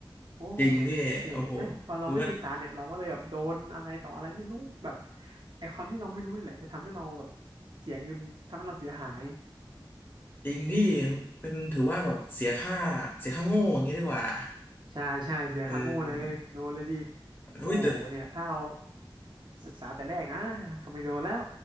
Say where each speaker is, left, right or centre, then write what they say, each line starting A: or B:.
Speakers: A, on the right; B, on the left.
A: โอ้เนี่ยเนี่ยเห็นไหมพอเราไม่ศึกษาเนี่ยเราก็เลยแบบโดนอะไรต่ออะไรไม่รู้แบบ
B: จริงพี่โอ้โหถือว่า
A: ไอ้ความที่เราไม่รู้นี่แหละจะทำให้เราแบบเสียเงินทำให้เราเสียหาย
B: จริงพี่เป็นถือว่าแบบเสียค่าเสียค่าโง่อย่างนี้ดีกว่า
A: ใช่ใช่เสียค่าโง่เลยโดนเลยดิ
B: เออ
A: โอ้เนี่ยถ้าเรา
B: อุ้ยแต่
A: ศึกษาแต่แรกนะก็ไม่โดนแล้ว